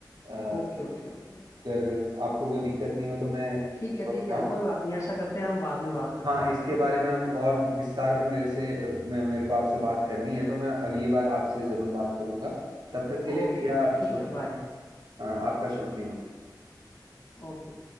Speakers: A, on the right; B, on the left.
A: अ,
B: Okay okay okay okay
A: अगर आपको कोई दिक्कत नहीं हो तो मैं
B: ठीक है
A: बताऊं?
B: ठीक है कोई बात नहीं ऐसा करते हैं हम बाद में बात करते
A: हाँ
B: हैं फिर
A: इसके
B: है ना
A: बारे में हम और विस्तार में मेरे से अ, मैं मेरे को आपसे बात करनी है तो मैं अगली बार आपसे जरूर बात करूंगा तब तक के लिए
B: ओके
A: भैया
B: ओके ठीक
A: शुभ
B: है बाय
A: अ, आपका शुभ दिन हो
B: ओके